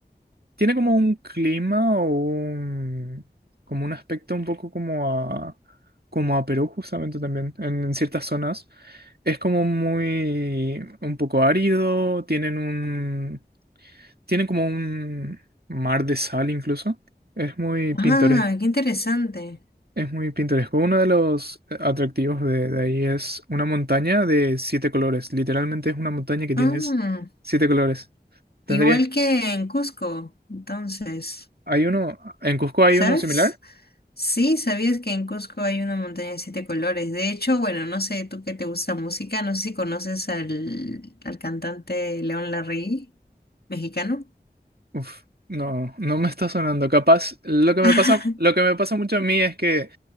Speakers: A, on the right; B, on the left.
A: Tiene como un clima o un... como un aspecto un poco como a... como a Perú justamente también, en, en ciertas zonas. Es como muy... un poco árido, tienen un... Tiene como un mar de sal incluso. Es muy pintoresco.
B: Ah, qué interesante.
A: Es muy pintoresco. Uno de los eh, atractivos de, de ahí es una montaña de siete colores. Literalmente es una montaña que tienes
B: Ah,
A: siete colores. Tendrías...
B: igual que en Cusco, entonces,
A: Hay uno... ¿En Cusco hay
B: ¿sabes?
A: uno similar?
B: Sí, ¿sabías que en Cusco hay una montaña de siete colores? De hecho, bueno, no sé, tú que te gusta música, no sé si conoces al, al cantante León Larregui, mexicano.
A: Uf, no, no me está sonando. Capaz, lo que me
B: <laughs>
A: pasa, lo que me pasa mucho a mí es que